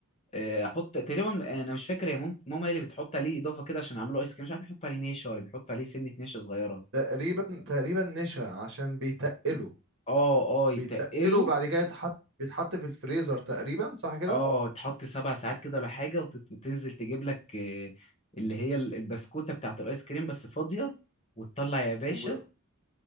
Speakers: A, on the left; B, on the right.
A: آه، احط تقريبا انا مش فاكر يا مام ماما هي اللي بتحط عليه اضافه كده عشان اعمله ايس كريم مش عارف يحط عليه نشا ولا بيحط عليه سنه نشا صغيره
B: تقريبا تقريبا نشا عشان بيتقله
A: اه اه يتقله
B: بيتقلوا وبعد كده يتحط بيتحط في الفريزر تقريبا صح كده
A: اه تحط سبع ساعات كده ولا حاجه وت- وتنزل تجيب لك آه، اللي هي ال- البسكوته بتاعت الايس كريم بس فاضيه وتطلع يا باشا
B: وب...